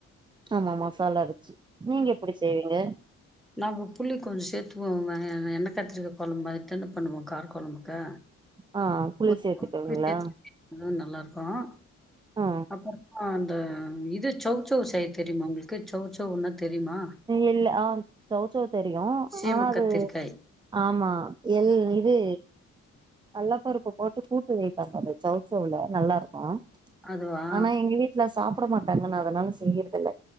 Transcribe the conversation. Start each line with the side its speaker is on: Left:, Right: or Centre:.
Right: ஆமா மசாலா அறச்சு நீங்க எப்டி செய்வீங்க
Centre: நாம் உ புளி கொஞ்சோ சேத்து போவன் எண்ணெ கத்திரிக்க கொழம்பு அத்தான பண்ணுவோம் கார கொழம்புக்கு
Right: ஆ புளி
Centre: கொ
Right: சேத்துக்குவீங்களா
Centre: புளி சேத்து <unintelligible> நல்லா இருக்கும்
Right: ஆ
Centre: அப்புறம் ஆ அந்த இது சௌவுச்சௌவு செய்ய தெரியுமா உங்களுக்கு சௌச்சௌவுனா தெரியுமா
Right: இல் ஆ சௌச்சௌவு தெரியும்
Centre: சீம
Right: ஆனா அது
Centre: கத்திரிக்காய்
Right: ஆமா எல் இது கல்லப்பருப்ப போட்டு கூட்டு வய்பாங்க அ சௌச்சௌவ்ல நல்லா இருக்கும்
Centre: அதுவா
Right: ஆனா எங்க வீட்ல சாப்பிட மாட்டாங்கன்னு அதனால செய்யறத இல்ல